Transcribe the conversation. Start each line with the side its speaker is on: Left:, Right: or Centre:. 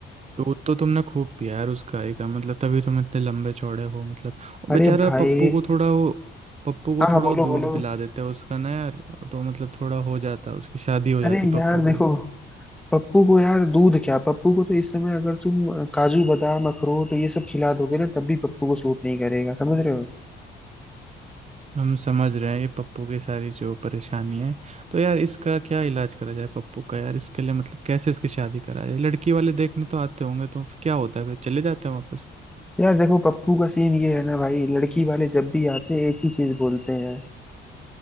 Right: दूध तो तुमने खूब पिया यार उस गाय का मतलब तभी तुम इतने लंबे चौड़े हो मतलब वो
Centre: अरे
Right: बेचारा
Centre: भाई
Right: पप्पू को थोड़ा वो पप्पू को
Centre: हाँ हाँ
Right: थोड़ा
Centre: बोलो
Right: वो दूध
Centre: बोलो
Right: पिला देता है उसका ना यार तो मतलब थोड़ा हो जाता उसकी शादी हो जाती
Centre: अरे
Right: पप्पू
Centre: यार देखो
Right: की
Centre: पप्पू को यार दूध क्या पप्पू को तो इस समय अगर तुम काजू बादाम अखरोट ये सब खिला दोगे ना तब भी पप्पू को सूट नहीं करेगा समझ रहे हो
Right: हम समझ रहे हैं ये पप्पू की सारी जो परेशानी है तो यार इसका क्या इलाज करा जाए पप्पू का यार इसके लिए मतलब कैसे इसकी शादी करा जाए लड़की वाले देखने तो आते होंगे तो क्या होता है फिर चले जाते हैं वापस
Centre: यार देखो पप्पू का सीन ये है ना भाई लड़की वाले जब भी आते हैं एक ही चीज बोलते हैं